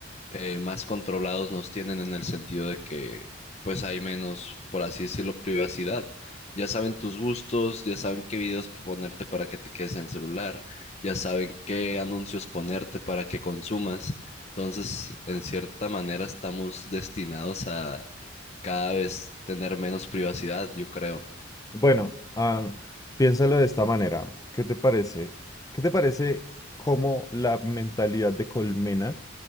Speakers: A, on the left; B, on the left.
A: eh, más controlados nos tienen en el sentido de que pues hay menos, por así decirlo, privacidad. Ya saben tus gustos, ya saben qué videos ponerte para que te quedes en el celular, ya saben qué anuncios ponerte para que consumas. Entonces, en cierta manera, estamos destinados a cada vez tener menos privacidad, yo creo.
B: Bueno, ah, piénsalo de esta manera. ¿Qué te parece? ¿Qué te parece cómo la mentalidad de colmena